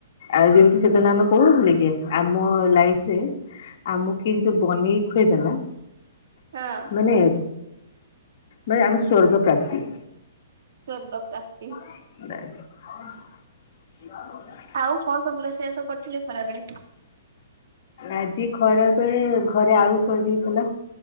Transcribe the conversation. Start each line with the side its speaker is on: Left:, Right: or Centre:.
Left: ଆଉ ଯେମିତି ସେଦିନ ଆମେ କହୁଥିଲେ କି? ଆମ ଲାଇଫରେ ଆମକୁ କିଏ ଯଦି ବନେଇ ଖୁଇଦେଲା
Right: ହଁ।
Left: ମାନେ ମାନେ ଆମେ ସ୍ଵର୍ଗ ପ୍ରାପ୍ତି।
Right: ସ୍ୱର୍ଗ ପ୍ରାପ୍ତି।
Left: <unintelligible>
Right: ଆଉ କଣ ସବୁ ରୋଷେଇ ବାସ କରିଥିଲେ ଖରାବେେଳେ?
Left: ଆଜି ଖରା ବେଳେ ଘରେ ଆଳୁ ସରିଯାଇଥିଲା।